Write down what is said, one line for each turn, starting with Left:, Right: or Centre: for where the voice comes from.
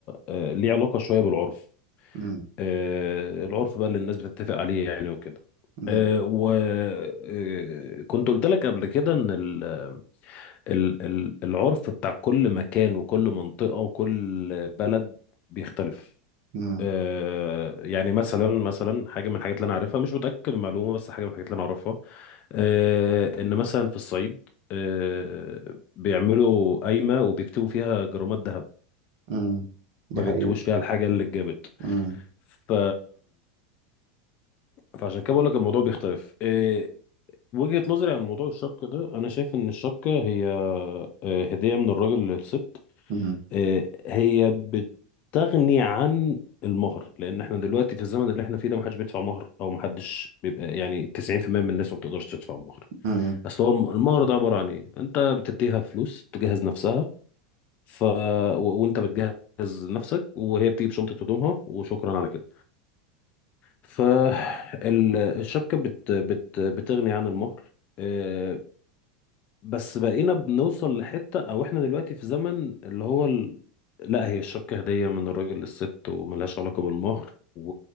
Left: أه، ليه علاقه شويه بالعرف
Right: مم.
Left: أه، العرف بقى اللي الناس بتتفق عليه يعني وكده
Right: مم.
Left: وكنت قلت لك قبل كده ان ال- ال- ال- العرف بتاع كل مكان وكل منطقه وكل بلد بيختلف
Right: مم.
Left: أه، يعني مثلا مثلا حاجه من الحاجات اللي انا عارفها مش متاكد من المعلومه بس حاجه من الحاجات اللي انا اعرفها آه، ان مثلا في الصعيد آه، بيعملوا قايمه وبيكتبوا فيها جرامات ذهب
Right: مم. دي
Left: ما
Right: حقيقة
Left: بيكتبوش فيها الحاجه اللي اتجابت
Right: مم.
Left: ف فعشان كده بقول لك الموضوع بيختلف آه، وجهه نظري عن موضوع الشبكه ده انا شايف ان الشبكه هي آه، هديه من الراجل للست
Right: مم.
Left: آه، هي بتغني عن المهر لان احنا دلوقتي في الزمن اللي احنا فيه ده محدش بيدفع مهر او محدش بيبقى يعني 90% من الناس ما بتقدرش تدفع مهر
Right: مم.
Left: اصل هو المعرض عباره عن ايه انت بتديها فلوس تجهز نفسها ف و... وانت بتجهز نفسك وهي بتيجي بشنطه هدومها وشكرا على كده فالشبكه بت... بت... بتغني عن المهر آه، بس بقينا بنوصل لحته او احنا دلوقتي في زمن اللي هو ال... لا هي الشبكه هديه من الراجل للست وملهاش علاقه بالمهر و...